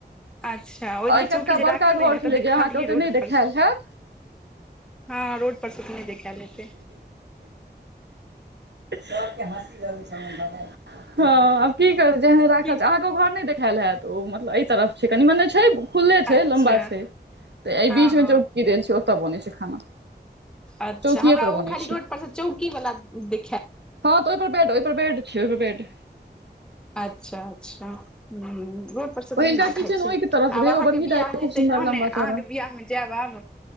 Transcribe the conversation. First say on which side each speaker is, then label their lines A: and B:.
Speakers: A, in the centre; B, on the right.
A: अच्छा ओहि दिना
B: एहि
A: चौंकी
B: कतका
A: जे
B: बड़का
A: राखल
B: घर
A: रहै न
B: छलै
A: तऽ देखलियै
B: जे अहाँके ओते
A: रोडपर
B: नहि देखायल
A: स।
B: हैत
A: हँ रोड पर से त नहि देखैल हेतै।
B: सबके हँसी लगै छै हमर बनैल हँ आब की करू जेहने राखल
A: की
B: छ अहाँके ओ घर नहि देखायल हैत। त ओ मतलब एहि तरफ छै कनि, मने छै खुलले छै
A: अच्छा
B: लम्बा छै। तऽ एहि
A: हँ
B: बीच
A: हँ
B: मे चौंकी देल छै, ओत बनैं छै खाना।
A: अच्छा
B: चौकिए
A: हमरा
B: पर
A: ओ
B: बनै
A: खाली
B: छै
A: रोड पर से चौकी वाला दे
B: हँ तऽ ओहि पर बेड- ओहि पर बेड छै-ओहि पर बेड।
A: अच्छा-अच्छा हम्म रोड पर से त
B: पहिलका
A: नहि न देखाय
B: किचन
A: छै,
B: ओहिके तरफ
A: आब
B: रहै ओ
A: अहाँके
B: बड़की
A: बियाहे।
B: टा खूब
A: हेतै
B: सुन्दर
A: तहने,
B: लम्बा
A: अहाँके
B: चौड़ा
A: बिआाहमे जायब आब।